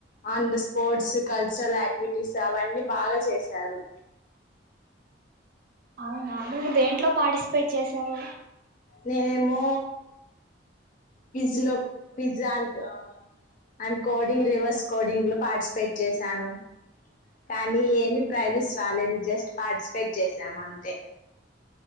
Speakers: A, on the left (about 45°); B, on the right (about 55°).
A: అండ్ స్కోట్స్ కల్చరల్ యాక్టివిటీస్ అవన్నీ బాగా చేశారు
B: అవునా నువ్వు దేంట్లో పార్టిసిపేట్ చేసావు
A: నేనేమో క్విజ్ లో quiz and and coding reverse coding లో పార్టిసిపేట్ చేశాను కానీ ఏమిీ ప్రైజెస్ రాలేదు జస్ట్ పార్టిసిపేట్ చేసాము అంతే